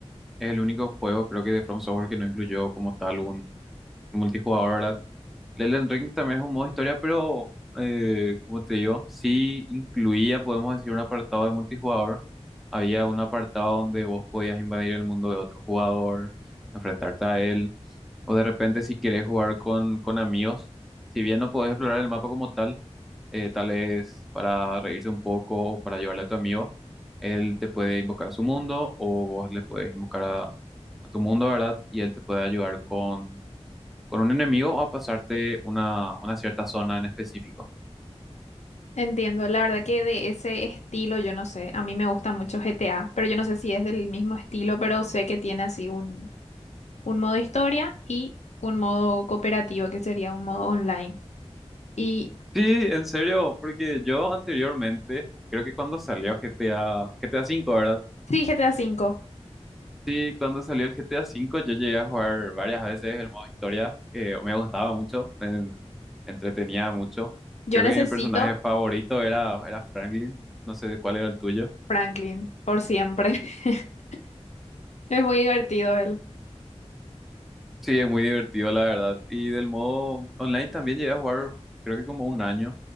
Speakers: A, in the centre; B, on the left.
A: es el único juego, creo que de From Software que no incluyó como tal un multijugador, ¿verdad? El Elden Ring también es un modo historia, pero eh, como te digo, sí incluía, podemos decir, un apartado de multijugador. Había un apartado donde vos podías invadir el mundo de otro jugador, enfrentarte a él, o de repente si quieres jugar con, con amigos, si bien no podés explorar el mapa como tal, eh, tal vez para reírse un poco o para llevarle a tu amigo, él te puede invocar a su mundo o vos le puedes invocar a, a tu mundo, ¿verdad? Y él te puede ayudar con un enemigo o a pasarte una, una cierta zona en específico.
B: Entiendo, la verdad que de ese estilo yo no sé. A mí me gusta mucho GTA, pero yo no sé si es del mismo estilo, pero sé que tiene así un, un modo historia y un modo cooperativo, que sería un modo online. Y
A: Sí, en serio, porque yo anteriormente, creo que cuando salió G G T A G T A cinco, ¿verdad?
B: sí, GTA cinco
A: Sí, cuando salió el G T A cinco, yo llegué a jugar varias veces el modo historia, que me gustaba mucho, me entretenía mucho.
B: Yo
A: Creo
B: necesito
A: que mi personaje favorito era, era Franklin, no sé cuál era el tuyo.
B: Franklin, por siempre. <laughs> Es muy divertido él.
A: Sí, es muy divertido, la verdad. Y del modo online también llegué a jugar, creo que como un año,